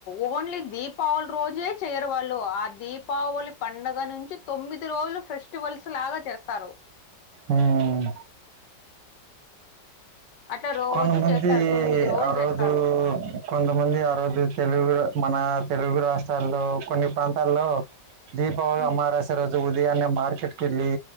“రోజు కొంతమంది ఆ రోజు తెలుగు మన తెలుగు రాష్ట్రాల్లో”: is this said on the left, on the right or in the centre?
Right